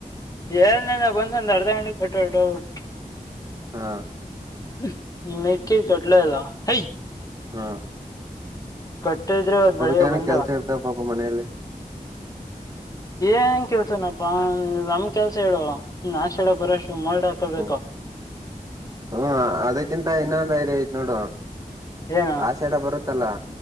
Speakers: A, on the left; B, on the right.
A: ಎಏಳ್ ನನ ಬಂದೊಂದು ಅರ್ಧ ಗಂಟೆಗೆ ಕಟೋ <unintelligible>
B: ಹಾ
A: <unintelligible>
B: ಹಾ
A: ಕಟ್ಟಿದ್ರೆ ಇವತ್
B: ಅವ್ರ
A: ಬೆಳಿಗ್ಗೆ
B: ನ್
A: ಬಂದು
B: ಕೆಲ್ಸ ಇರ್ತ ಪಾಪ ಮನೆಯಲ್ಲಿ.
A: ಏನ್ ಕೆಲ್ಸನಪಾ ನಮ್ ಕೆಲ್ಸ ಹೇಳುವ ಇ ನಾಶಡ ಬರೋಷ್ಟು ಮರ್ಡ್ ಹಾಕೊಳ್ಬೇಕ.
B: <inaudible> ಹ್ಮ ಅದಕ್ಕಿಂತ ಇನ್ನೊಂದು ಐರಿ ಆಐತ್ ನೋಡು.
A: ಏನು
B: ಆಷಾಡ ಬರುತ್ತಲ್ಲ.